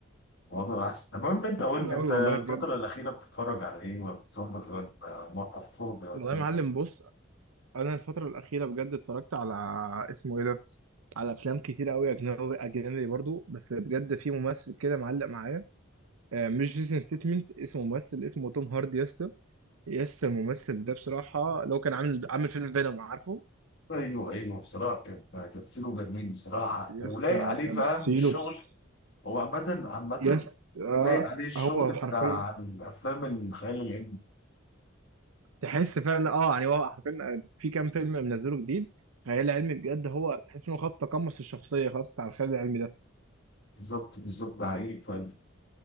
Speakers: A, on the left; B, on the right.
A: الموضوع أحسن المهم أنت
B: طب
A: قول
B: حلو
A: لي
B: قوي
A: أنت
B: والله
A: الفترة
B: بجد
A: الأخيرة بتتفرج على إيه ولا بتظبط ولا موقف فاضي ولا
B: والله
A: إيه
B: يا معلم بص انا الفتره الاخيره بجد اتفرجت على اسمه ايه ده على افلام كتير قوي اجنبي اجنبي برضو بس بجد في ممثل كده معلق معايا آه، مش جيسون ستيتمنت اسمه ممثل اسمه توم هاردي يا اسطى يا اسطى الممثل ده بصراحة لو كان عامل عامل فيلم فينوم عارفه
A: ايوه ايوه بصراحه كان تمثيله جميل بصراحه
B: يا
A: ولايق
B: اسطى
A: عليه
B: تمثيله
A: فاهم الشغل
B: بس-
A: هو عامه عامه
B: يا اسطى
A: لايق عليه الشغل
B: هو
A: بتاع
B: حرفيا
A: الافلام الخيال العلمي
B: تحس فعلا اه يعني هو حرفيا آه، في كام فيلم منزله جديد خيال علمي بجد هو تحس انه خلاص تقمص الشخصية خلاص بتاع الخيال العلمي ده
A: بالظبط بالظبط ده حقيقي فاهم